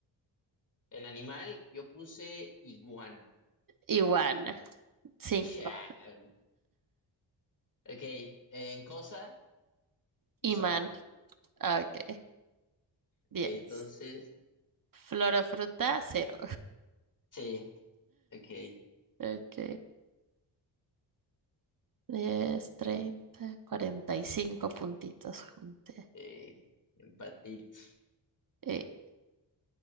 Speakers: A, on the left; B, on the right.
A: En animal yo puse iguana.
B: Iguana, 5.
A: Chan. Ok, en cosa, hisopo.
B: Imán, Ok, 10.
A: Ok, entonces,
B: Flor o fruta, 0.
A: sí, ok.
B: Ok, diez, treinta, cuarenta y cinco puntitos junté.
A: Eh, empatito.
B: Eh,